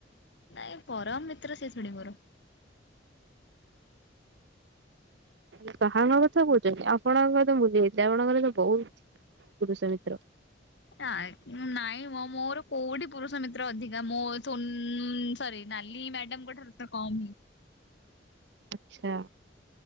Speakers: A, on the left (about 70°); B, on the right (about 70°).
A: ନାଇଁ ପରମ ମିତ୍ର ସେ ଶୁଣିମୋର।
B: ହେଲେ କାହାଙ୍କ କଥା କହୁଚନ୍ତି। ଆପଣଙ୍କର ତ ବୁଲି ଯାଇଥିଲେ, ଆପଣଙ୍କର ତ ବହୁତ ପୁରୁଷ ମିତ୍ର।
A: ନାଇଁ। ନାଇଁ ମ। ମୋର କୋଉଠି ପୁରୁଷ ମିତ୍ର ଅଧିକା, ମୋ ଥୁଁ ସରି ନାଲି ମ୍ୟାଡାମ ଙ୍କ ଠାରୁ ତ କମ୍।
B: ଆଚ୍ଛା।